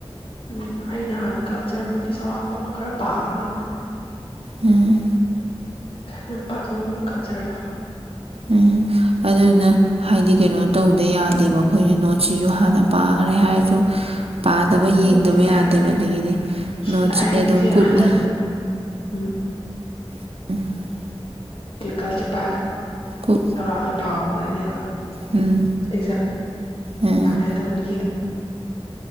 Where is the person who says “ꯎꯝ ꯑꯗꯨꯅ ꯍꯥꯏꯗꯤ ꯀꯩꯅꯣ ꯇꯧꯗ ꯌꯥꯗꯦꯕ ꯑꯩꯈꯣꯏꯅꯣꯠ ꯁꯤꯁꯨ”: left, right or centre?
Right